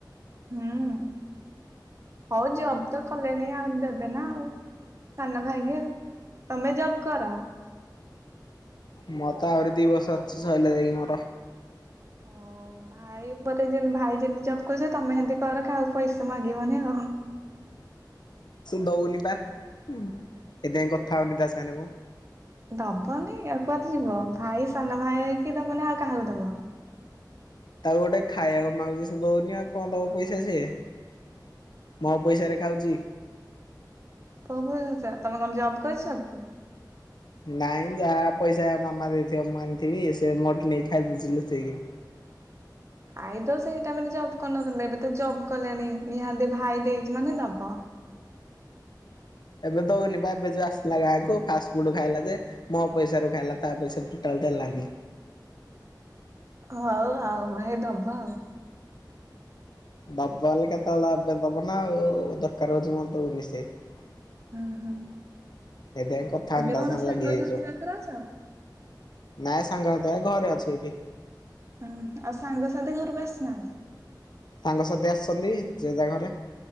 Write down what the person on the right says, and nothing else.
ହୁଁ ହଉ ଜବ୍ ତ କଲେଣିି ଆଉ ଦେବେ ନା ଆଉ‌। ସାନ ଭାଇ କୁ ଆଉ ତମେ ଜବ୍ କର।
ହଉ ଭାଇ ପରେ ଯେମତି ଭାଇ ଯେମିତି ଜବ୍ କରୁଛନ୍ତି ତମେ ସେମିତି କର କାହାକୁ ପଇସା ମାଗିବନି ଆଉ।
ଦବନି ଆଉ କୁଆଡ଼େ ଯିବ ଭାଇ ସାନ ଭାଇ କି ଦବନି ଆଉ କାହାକୁ ଦବ?
<unintelligible> ତମେ କଣ ଜବ୍ କରିଛ କି?
ଆଇଦର୍ ସେଇ ଟାଇମରେ ଜବ୍ କରିନଥିଲେ ଏବେ ତ ଜବ୍ କଲେଣି ନିହାତି ଭାଇ ଦେଇଛି ମାନେ ଦବ।
ହଉ ଆଉ ଭାଇ ଦବ ଆଉ।
ହୁଁ ହୁଁ।
ଏବେ
କଣ
ସାଙ୍ଗସାଥି
ପାଖରେ ଅଛ?
ହୁଁ ଆଉ ସାଙ୍ଗସାଥି ଘରକୁ ଆସିନାହାଁନ୍ତି?